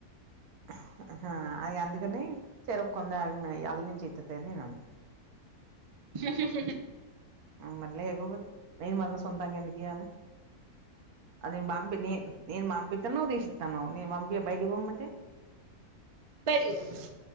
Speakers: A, on the right; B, on the right.
A: <unintelligible> అది అందుకని చెరకు కొంద అల్ళ నుంచి ఇత్తతని నేను అన్నా
B: స
A: మ్మ్ మరి లేకపోతే నేను మాత్రం సొంతంగా ఎందుకియాల అది నేన్ బంపి ని నేన్ బంపితేనే నువ్ తీసి తను నేన్ బంపి నేన్ బైటకి బం మంటే
B: బయటికి పోతుంది